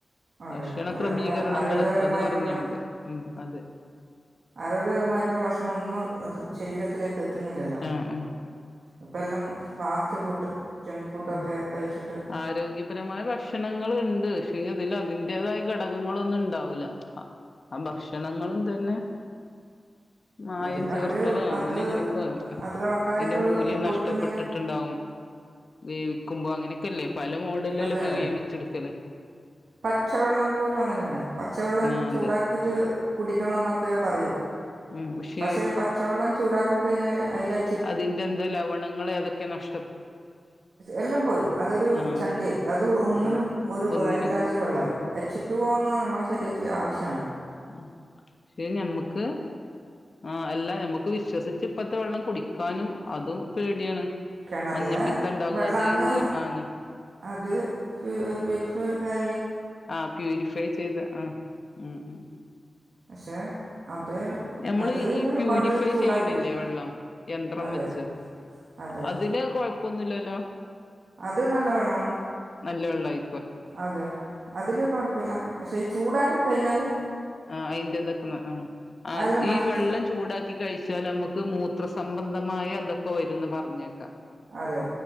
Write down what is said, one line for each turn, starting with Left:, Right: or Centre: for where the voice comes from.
Right: അതെ
Left: ഭക്ഷണ
Right: അത്
Left: ക്രമീകരണങ്ങള്
Right: നമ്മളെ ആരോഗ്യപരമായിട്ടുള്ള
Left: അത് പറഞ്ഞാ മതി ഉം അതെ
Right: ആരോഗ്യപരമായിട്ടുള്ള ഭക്ഷണം ഒന്നും ശരീരത്തിലേക്ക് എത്തുന്നില്ലല്ലോ.
Left: ആ ആ
Right: ഇപ്പെല്ലാം ഫാസ്റ്റ് ഫുഡ് ജങ്ക് ഫുഡൊക്കെ
Left: ഉം
Right: കഴിച്ചിട്ട്
Left: ആരോഗ്യം പരമായ ഭക്ഷണങ്ങള്ണ്ട് പക്ഷെങ്കി അതില് അതിന്റേതായ ഘടകങ്ങളൊന്നും ഇണ്ടാവൂല അ ആ ഭക്ഷണങ്ങളും തന്നെ മായം
Right: അതിനവർ
Left: ചേർത്തതോ
Right: അത്
Left: അങ്ങനെ എങ്ങനെയൊക്കാവും
Right: അത് കണക്കായിട്ട്
Left: അയിന്റെ മൂല്യം
Right: കൊടുക്കുന്നില്ല
Left: നഷ്ടപ്പെട്ടിട്ട്ണ്ടാവും. വേവിക്കുമ്പോ അങ്ങനെക്കെല്ലേ പല മോഡലിലല്ലേ
Right: അതെ
Left: ഇപ്പൊ
Right: അതെ
Left: വേവിച്ചെട്ക്കല്
Right: പച്ചവെള്ളം പോലും അങ്ങനെയാണ് പച്ചവെള്ളം
Left: ആ
Right: ചൂടാ
Left: അതെ
Right: ക്കീട്ട് കുടിക്കണന്നൊക്കെ പറയും
Left: ഉം പക്ഷേ
Right: പക്ഷെ പ ച്ചവെള്ളം ചൂടാക്കി കഴിഞ്ഞാല് അയിലെ
Left: അതിന്റെന്തോ ലവണങ്ങള് ഏതൊക്കെ നഷ്
Right: എല്ലം പോയി അതൊരു
Left: ആ
Right: ചണ്ടിയായി അത് ഒന്നിനും
Left: ആ
Right: ഒരു ഉപകാരല്ലാത്തൊര്
Left: ഒന്നിന്
Right: വെള്ളായി.
Left: ഉം ഉം
Right: വെച്ചിട്ട് പോവുന്നത് നമ്മളെ ശരീരത്തിലെ ആവശ്യാണ്.
Left: ഉം പക്ഷെ ഞമ്മക്ക് ആഹ് അല്ല ഞമ്മക്ക് വിശ്വസിച്ച് ഇപ്പത്തെ വെള്ളം കുടിക്കാനും അതും പേടിയാണ്.
Right: കെണറിലെ
Left: മഞ്ഞപ്പിത്തം ഉണ്ടാവും
Right: വെള്ളാന്ന്
Left: അത് ഇത് ആ അങ്ങനെ
Right: അത് <unintelligible> വെരി <unintelligible>
Left: ആഹ് പ്യൂരിഫൈ ചെയ്ത ആഹ് ഉം ഉം
Right: പക്ഷെ അത്
Left: ഞമ്മള്
Right: അതിന്
Left: ഈ പ്യൂരിഫൈ
Right: കൊണ്ട് ചൂടാക്കിയിട്ട്
Left: ചെയ്യണില്ലേ വെള്ളം യന്ത്രം
Right: അതെ
Left: വെച്ച്?
Right: അതെ
Left: അതിന് അത് കൊഴപ്പൊന്നുല്ലല്ലോ?
Right: അത് നല്ല വെള്ളാണ്.
Left: നല്ല വെള്ളായി
Right: അതെയ് അതില് കൊഴപ്പല്ല പക്ഷെ ഈ ചൂടാക്കി കഴിഞ്ഞാല്
Left: ആഹ് അയിന്റെതൊക്കെ മാ ആഹ് ആഹ്
Right: എല്ലാം നശിച്ചു
Left: ഈ വെള്ളം ചൂടാക്കി കഴിച്ചാല് മ്മക്ക് മൂത്രസംബന്ധമായ എന്തൊക്കെ വരുന്ന് പറഞ്ഞേക്കാം.
Right: അതെ.